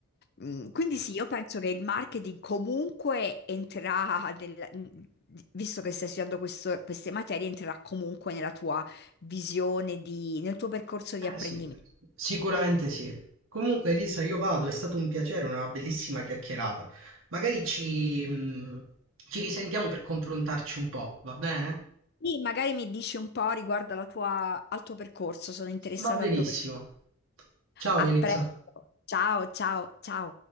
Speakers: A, on the left (about 50°); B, on the right (about 70°).
A: Mm,
B: Ho capito.
A: Quindi sì, io penso che il marketing comunque entrerà, nel- visto che stai studiando questo- queste materie, entrerà comunque nella tua visione, di, nel tuo percorso di
B: Eh
A: apprendimento.
B: sì, sicuramente sì. Comunque, Elisa, io vado, è stato un piacere, una bellissima chiacchierata. Magari ci, mh, ci risentiamo per confrontarci un po', va bene?
A: Sì, magari mi dici un po' riguardo alla tua- al tuo percorso, sono interessata
B: Va benissimo.
A: al tuo percorso.
B: Ciao
A: A
B: Elisa.
A: presto, ciao, ciao, ciao.